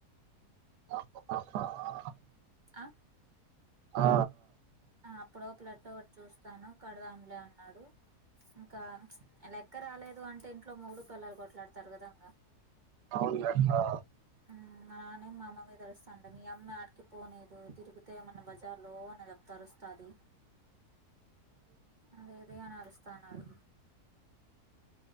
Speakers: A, on the right; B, on the right.
A: <unintelligible>
B: అ
A: అ ఆ
B: ఆ అప్పుడు ప్లతోటి ఏటోగాట చూస్తాను కడదాంలే అన్నాడు ఇంకా లెక్క రాలేదు అంటే ఇంట్లో మొగుడు పెళ్లాలు కొట్లాడతారు కదా ఇంగా
A: అవులయింగా
B: ఉ మా నాన్నేం మా అమ్మ మీద అరుస్తాంట మీ అమ్మ ఆడికి పోనీదు తిరిగితే ఏమన్నా బజార్లో అన్న చెప్తరుస్తది అదేఇది అనరస్త అన్నాడు